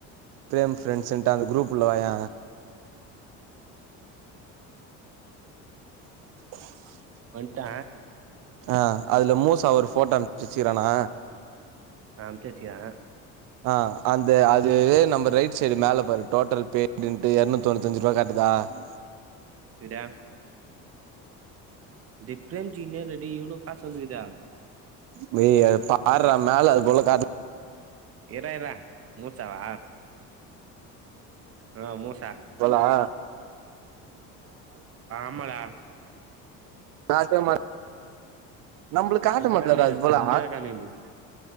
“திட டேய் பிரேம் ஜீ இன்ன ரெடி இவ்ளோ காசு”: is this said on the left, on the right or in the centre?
Right